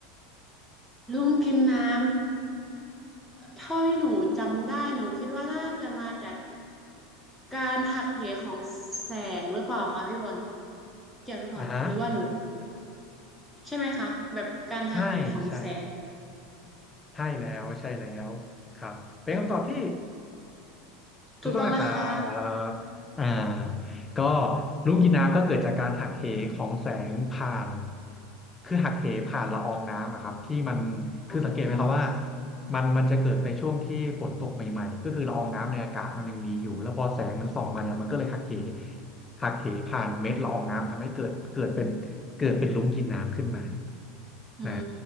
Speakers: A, in the centre; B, on the left.
A: <laughs> ลุงกินน้ำเท่าที่หนูจำได้หนูคิดว่าน่าจะมาจากการหักเหของแสงหรือเปล่าคะพี่บอลเกี่ยวหรือเปล่าหรือว่าหนู
B: อ่าฮะ
A: ใช่ไหมคะแบบการหักเหของแสง
B: ใช่ใช่ครับใช่แล้วใช่แล้วครับเป็นคำตอบที่
A: แบบ
B: ถูกต้องนะครั
A: ถูกต้องนะคะ
B: บอ่าก็ลูกกินน้ำก็เกิดจากการหักเหของแสงผ่านคือหักเหผ่านละอองน้ำอะครับที่มันคือสังเกตไหมครับว่า
A: อ๋อค่ะ
B: มันมันจะเกิดในช่วงที่ฝนตกใหม่ๆก็คือละอองน้ำในอากาศมันยังมีอยู่แล้วพอแสงมันส่องมาเนี่ยมันก็เลยหักเหหักเหผ่านเม็ดละอองน้ำทำให้เกิดเกิดเป็นเกิดเป็นลุ้งกินน้ำขึ้นมา
A: อื
B: อ่า